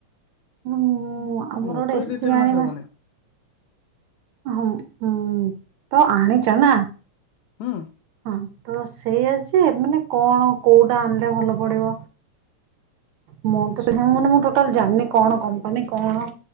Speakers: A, on the right; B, on the left.
A: ହୁଁ ଆମର
B: ମୋର
A: ଗୋଟେ
B: ତ ଏଇ
A: ଏସି
B: ଦି ତିନି
A: ଆଣିବା।
B: ମାସ ହବନି
A: ଅମ୍ ତ ଆଣିଚ ନା?
B: ହୁଁ।
A: ହଁ ତ ସେଇଆଯେ ମାନେ କଣ କୋଉଟା ଆଣିଲେ ଭଲ ପଡିବ। ମୁଁ ତ ମାନେ ମୁଁ ଟୋଟାଲି ଜାଣିନି କଣ କମ୍ପାନୀ କଣ?